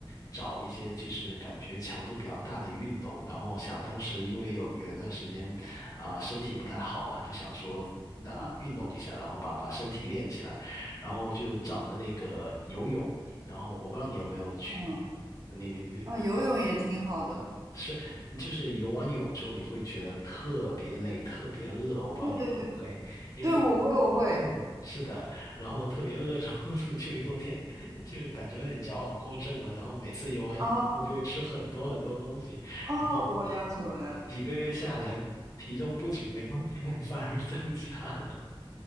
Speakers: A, on the left; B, on the right.
A: 找一些就是感觉强度比较大的运动，然后想当时因为有有一段时间啊、身体不太好嘛，就想说啊、
B: 嗯
A: 运动一下，然后把把身体练起来，然后就找了那个游泳，
B: 嗯
A: 然后我不知道你有没有去，
B: 嗯
A: 你你你你
B: 啊，游泳也挺好的。
A: 是就是游完泳之后你会觉得特别累，特别饿，我不知道你会不会。
B: 对对对
A: 因为
B: 对，我会我会。
A: 嗯，是的，然后特别饿着 <laughs> 就有点，就感觉有点矫枉过正了。然后每次游完泳，
B: 哦
A: 他就会吃很多很多东西，
B: 哦，
A: 然后
B: 我了解，我了解。
A: 几个月下来，体重不仅没有减，<laughs> 反而增加了。